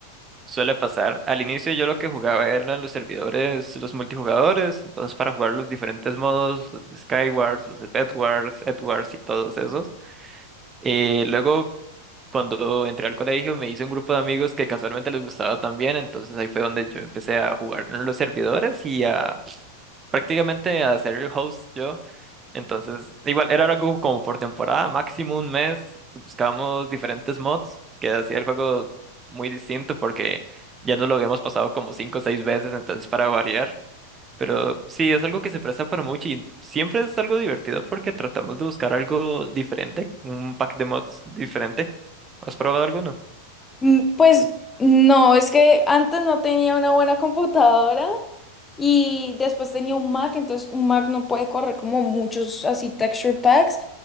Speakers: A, on the right; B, on the left.
A: Suele pasar. Al inicio yo lo que jugaba eran los servidores, los multijugadores, entonces para jugar los diferentes modos, los de Skywars, los de Bedwars, Edwards y todos esos. Eh, luego cuando entré al colegio me hice un grupo de amigos que casualmente les gustaba también, entonces ahí fue donde yo empecé a jugar en los servidores y a prácticamente a ser el host yo. Entonces, igual, era algo como por temporada, máximo un mes, y buscábamos diferentes mods que hacía el juego muy distinto porque ya nos lo habíamos pasado como cinco o seis veces, entonces para variar. Pero sí, es algo que se presta para mucho y siempre es algo divertido porque tratamos de buscar algo diferente, un pack de mods diferente. ¿Has probado alguno?
B: Mm, Pues no, es que antes no tenía una buena computadora y después tenía un Mac, entonces un Mac no puede correr como muchos así texture packs,